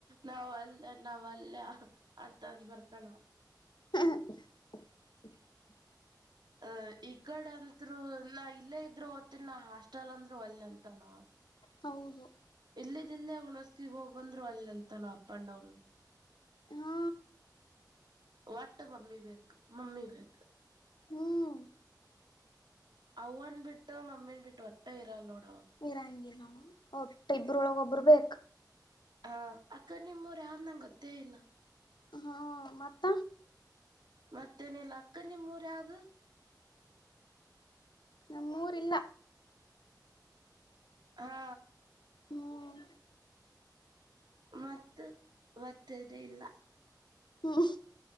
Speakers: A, on the right; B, on the left.
A: ನಾವ್ ಅಲ್ ನಾವ್ ಅಲ್ಲ ಅಂತಂದ್ ಬರ್ತಾನ
B: ಹ
A: ಅ ಈ ಕಡೆ ಅಂಥ್ರೂ ನಾ ಇಲ್ಲೇ ಇದ್ರು ಓದ್ತಿನ ನಾ ಹಾಸ್ಟೆಲ್ ಅಂದ್ರು ಒಲ್ ಅಂತಾನ
B: ಹದು
A: ಇಲ್ಲಿದ್ದ ಇಿಲ್ಲ ಹುಣಸ್ಕಗ್ ಹೋಗಂದ್ರು ಒಲ್ಲೆ ಅಂತನ ಅಪ್ ಅಂಡ್ ಡೌನ್
B: ಹಾ
A: ವಟ ಮಮ್ಮಿ ವಕ್ ಮಮ್ಮಿ ವಕ್
B: ಹ್ಮ್
A: ಅವನ್ ಬಿಟ್ಟು ಮಮ್ಮಿನ್ ಬಿಟ್ಟು ಒಟ್ಟೆ ಇರಲ್ ನೋ
B: ಇರಾಂಗಿಲ್ಲ ಒಟ್ಟ ಇಬ್ರೊಳಗೊಬರು ಬೇಕ
A: ಹಾ ಅಕ್ಕ ನಿಮ್ಮೂರು ಯಾವ್ ನಂಗ ಗೊತ್ತೇ ಇಲ್ಲ
B: ಹ್ಮ ಮತ್ತ
A: ಮತ್ತೇನಿಲ್ಲ ಅಕ್ಕ ನಿಮ್ಮೂರ ಯಾವ್ದು
B: ನಮ್ಮೂರಿಲ್ಲ
A: ಹಾ
B: ಹ್ಮ್
A: ಮತ್ತ ಮತ್ತದ ಇಲ್ಲ
B: ಹ್ಮ್